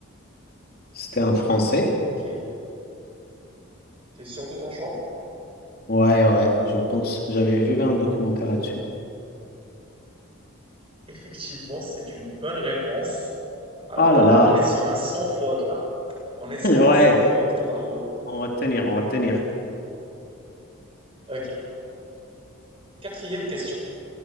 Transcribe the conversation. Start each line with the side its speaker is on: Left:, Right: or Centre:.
Left: C'était un Français.
Right: Ok. T'es sûr de ton choix?
Left: Ouais, ouais, je pense. J'avais vu un documentaire là-dessus.
Right: Effectivement, c'est une bonne réponse. Alors,
Left: Ah
Right: on,
Left: là là.
Right: on est sur un sans faute là. On est sur
Left: <laughs> Ouais,
Right: un sans faute, bravo.
Left: on va tenir, on va tenir.
Right: Ok. Quatrième question.